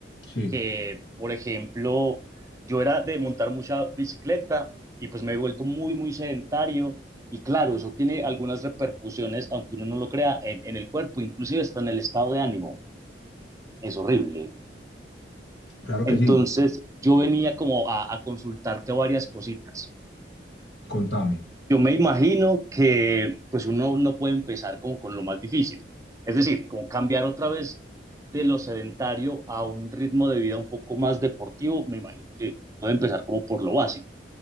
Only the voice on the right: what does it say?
que por ejemplo, yo era de montar mucha bicicleta y pues me he vuelto muy, muy sedentario y claro, eso tiene algunas repercusiones, aunque uno no lo crea, en, en el cuerpo, inclusive hasta en el estado de ánimo. Es horrible.
Entonces
yo venía como a, a consultarte varias cositas.
Yo me imagino que pues uno no puede empezar como con lo más difícil, es decir, como cambiar otra vez de lo sedentario a un ritmo de vida un poco más deportivo, me imagino que uno debe empezar como por lo básico.